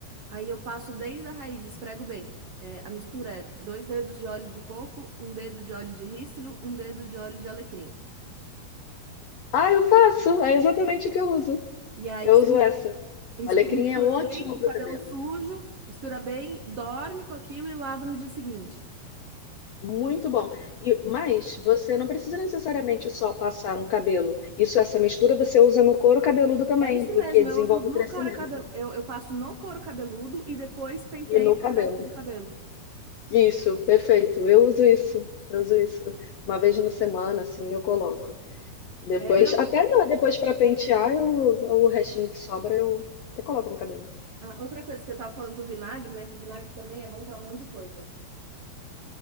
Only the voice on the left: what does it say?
Ah, eu faço. É exatamente o que eu uso.
Eu
uso essa. Olha,
Alecrim
é ótimo
para
o cabelo.
Muito bom. E, mas você não precisa necessariamente só passar no cabelo. Isso, essa mistura você usa no couro cabeludo também,
porque
desenvolve
o crescimento.
E no cabelo.
né?
Isso, perfeito. Eu uso isso. Eu uso isso. Uma vez na semana, assim, eu coloco. Depois,
até na- depois para pentear, eu, o restinho que sobra eu até coloco no cabelo.